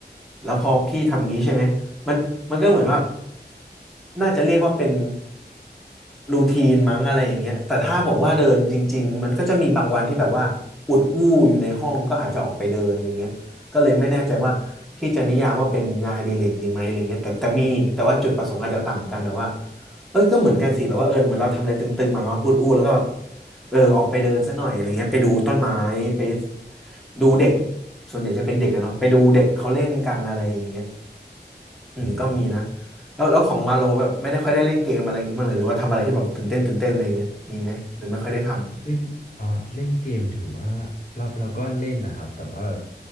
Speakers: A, in the centre; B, on the left.
A: แล้วพอพี่ทำงี้ใช่ไหม มันมันก็เหมือนว่าน่าจะเรียกว่าเป็นรูทีนมั้งอะไรอย่างเงี้ยแต่ถ้าบอกว่าเดินจริงๆมันก็จะมีบางวันที่แบบว่าอุดอู้อยู่ในห้องก็อาจจะออกไปเดินอย่างเงี้ยก็เลยไม่แน่ใจว่าพี่จะนิยามว่าเป็นงานอดิเรกดีไหมอะไรเงี้ยแต่แต่มีแต่ว่าจุดประสงค์อาจจะต่างกันแบบว่าเอ้ยก็เหมือนกันสิแบบว่าเออเหมือนเราทำอะไรตึงๆมาเนาะอุดอู้แล้วก็แบบเออออกไปเดินสักหน่อยอะไรเงี้ยไปดูต้นไม้ไปดูเด็กส่วนใหญ่จะเป็นเด็กอะเนาะไปดูเด็กเขาเล่นกันอะไรอย่างเงี้ย อืมก็มีนะ
B: อืม
A: แล้วแล้วของวาโลแบบไม่ได้ค่อยได้เล่นเกมอะไรอย่างงี้บ้างเลยหรือว่าทำอะไรที่แบบตื่นเต้นตื่นเต้นอะไรเงี้ยมีไหมหรือไม่ค่อยได้ทำ
B: เล่นเอ่อเล่นเกมถือว่าเราเราก็เล่นนะครับแต่ว่าแบบ